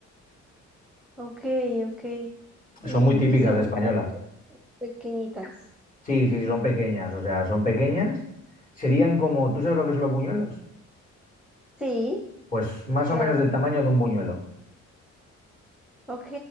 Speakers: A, in the centre; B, on the left.
A: Ok, ok. ¿Y,
B: Son muy típicas
A: y son
B: de españolas.
A: grandes? Pequeñitas.
B: Sí, sí, sí, son pequeñas, o sea, son pequeñas. Serían como, ¿tú sabes lo que son los buñuelos?
A: Sí,
B: Pues más
A: claro.
B: o menos del tamaño de un buñuelo.
A: Ok,